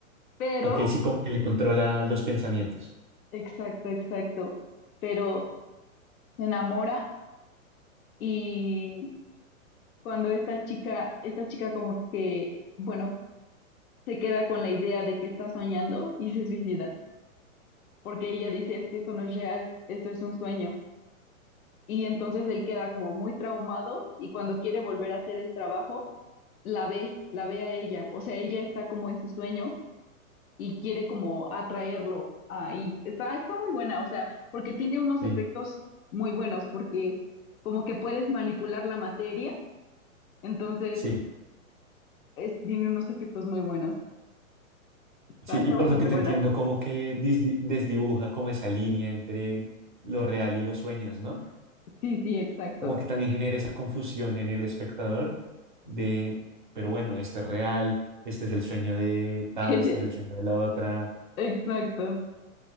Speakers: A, on the left; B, on the right.
A: Pero,
B: ok, sí, como que le controla los pensamientos.
A: exacto, exacto, pero se enamora y cuando esta chica, esta chica como que, bueno, se queda con la idea de que está soñando y se suicida, porque ella dice, es que esto no es real, esto es un sueño. Y entonces él queda como muy traumado y cuando quiere volver a hacer el trabajo, la ve, la ve a ella, o sea, ella está como en su sueño y quiere como atraerlo ahí. Está, está muy buena, o sea, porque tiene unos
B: Sí,
A: efectos muy buenos, porque como que puedes manipular la materia, entonces
B: sí,
A: es- tiene unos efectos muy buenos. Está,
B: sí.
A: está
B: Y por
A: bastante
B: lo que te
A: buena.
B: entiendo, como que disdi- desdibuja como esa línea entre lo real y los sueños, ¿no?
A: Sí, sí, exacto.
B: Como que también genera esa confusión en el espectador de, pero bueno, este es real, este es el sueño de tal,
A: <laughs>
B: este es el sueño de la otra.
A: Exacto.